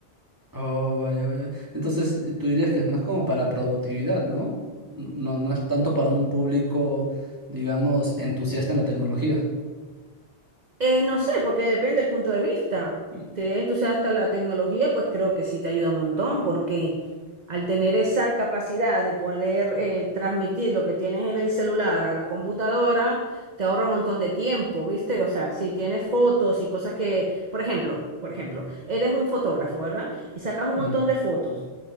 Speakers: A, on the right; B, on the right.
A: Oh, vaya, vaya. Entonces, tú dirías que es más como para productividad, ¿no? No, no es tanto para un público, digamos, entusiasta en la tecnología.
B: Eh, no sé, porque depende del punto de vista.
A: Mm,
B: Te entusiasta la tecnología, pues creo que sí te ayuda un montón, porque al tener esa capacidad de poder eh, transmitir lo que tienes en el celular a la computadora, te ahorra un montón de tiempo, ¿viste? O sea, si tienes fotos y cosas que, por ejemplo, por ejemplo, eres un fotógrafo, ¿verdad? Y sacas un
A: mm.
B: montón de fotos